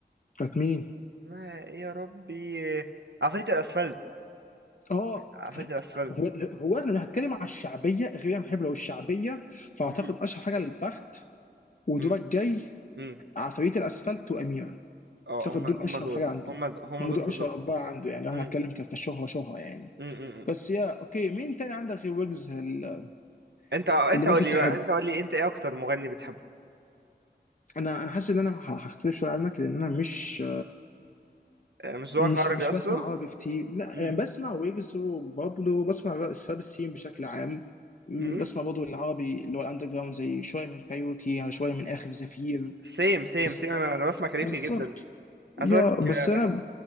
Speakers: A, on the left; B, on the right.
A: كانت مين؟
B: اسمها إيه يا ربي عفاريت الأسفلت
A: اه
B: عفاريت الأسفلت
A: هو هو انا لو هتكلم على الشعبيه غير انا بحب لو الشعبيه فاعتقد
B: مم.
A: اشهر حاجه البخت ودورك
B: مم.
A: جاي
B: مم.
A: عفاريت الاسفلت واميره
B: اه
A: اعتقد
B: هم
A: دول
B: هم
A: اشهر
B: دول
A: حاجه عنده
B: هم د- هم
A: هم
B: دول
A: دول اشهر
B: بالظبط
A: اربعه عنده يعني لو
B: مم.
A: هنتكلم ك- كشهره شهره يعني
B: مم. مم.
A: بس يا اوكي مين تاني عندك غير ويجز ال-
B: انت انت
A: اللي ممكن
B: قول لي
A: تحب
B: بقى انت قول لي انت ايه اكتر مغني بتحبه
A: انا انا حاسس ان انا ه- هختلف شويه عنك لان انا مش
B: آه، مش ذوقك
A: مش
B: عربي
A: مش
B: اصلا
A: بسمع عربي كتير لا
B: مم.
A: يعني بسمع ويجز وبابلو بسمع سباب السين بشكل عام
B: مم.
A: بسمع برضه العربي اللي هو الاندر جراوند زي شويه من كايروكي يعني شويه من اخر زفير
B: سيم سيم
A: بس
B: سيم انا أنا بسمع كاريوكي
A: بالظبط
B: جدا
A: يا
B: عايز اقولك
A: بس
B: آه،
A: انا